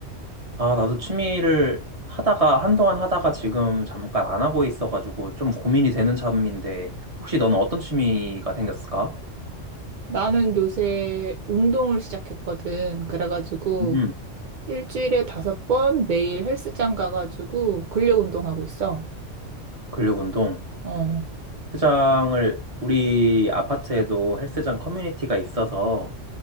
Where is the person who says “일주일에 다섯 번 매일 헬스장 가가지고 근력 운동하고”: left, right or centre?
Right